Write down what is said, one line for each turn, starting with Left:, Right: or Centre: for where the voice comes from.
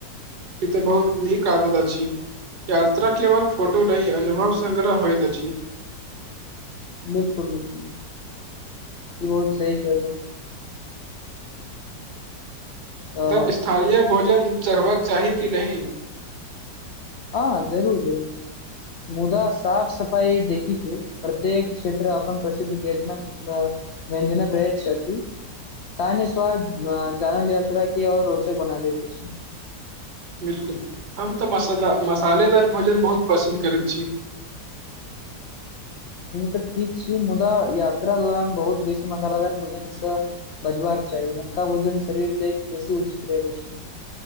Right: इ त बहुत नीक आदत अछि। यात्रा केवल फोटो नैय अनुभव स्- संग्रह होइत अछि।
Left: बिल्कुल, बिल्कुल ई बहुत सही केलौ। तऽ
Right: तब स्थानीय भोजन चढ़बक चाही कि नहि।
Left: ह जरूर -जरूर मुदा साफ सफाई देखी के। प्रत्येक क्षेत्र अपन प्रसिद्ध व्यंजन- व्यंजनक रहैत छथि। स्थानीय स्वाद जानल यात्रा क और रोचक बना दैत अछि
Right: बिल्कुल हम तऽ मस- मसालेदार भोजन बहुत पसंन्द करैत छी।
Left: तऽ ठीक छी मुदा यात्रा दौरान बहुत बेसी मसालादार भोजन स बचबाक चाही। हल्का भोजन शरीर लेल बेसी उचित रहैत अछि।